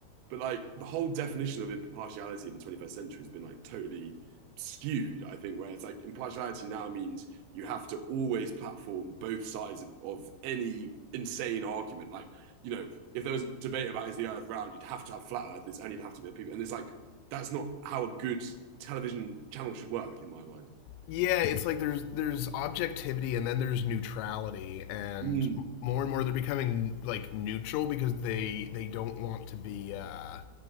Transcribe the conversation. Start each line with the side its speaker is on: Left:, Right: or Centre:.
Right: But like the whole definition of impartiality in the 21st century has been like totally skewed, I think, where it's like impartiality now means you have to always platform both sides of, of any insane argument. Like, you know, if there was a debate about is the earth round, you'd have to have flat earthers and you'd have to be people. And it's like, that's not how a good television channel should work, in my mind.
Left: yeah it's like there's there's objectivity and then there's neutrality and
Right: Mm,
Left: more and more they're becoming like neutral because they they don't want to be uh